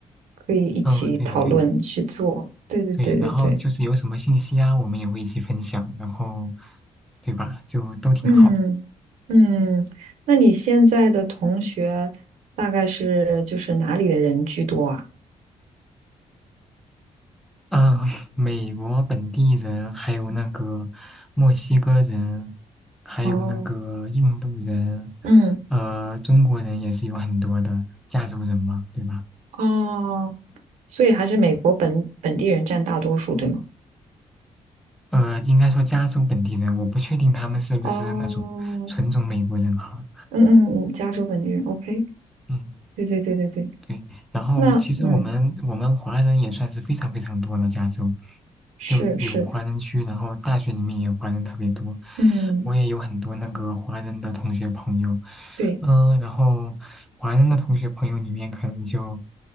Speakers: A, on the right; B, in the centre.
A: 可以一起讨论去做。
B: 嗯，对的，对的，
A: 对对对对对，
B: 对。然后就是有什么信息啊，我们也会一起分享，然后对吧，就都挺好的
A: 嗯嗯，那你现在的同学大概是就是哪里的人居多啊？
B: 啊、美国本地人，还有那个墨西哥人，还有那个印度人，
A: 哦，嗯
B: 呃，中国人也是有很多的，加州人嘛，对吧？
A: 哦，所以还是美国本本地人占大多数，对吗？
B: 呃，应该说加州本地人，我不确定他们是不是那种纯种美国人哈。
A: 哦，嗯嗯嗯，加州本地人，OK，
B: 嗯。
A: 对对对对对，
B: 对，然后其实我们我们华人也算是非常非常多的加州，
A: 那嗯是是，
B: 就有华人区，然后大学里面也华人特别多，
A: 嗯
B: 我也有很多那个华人的同学朋友，
A: 对，
B: 嗯、然后华人的同学朋友里面可能就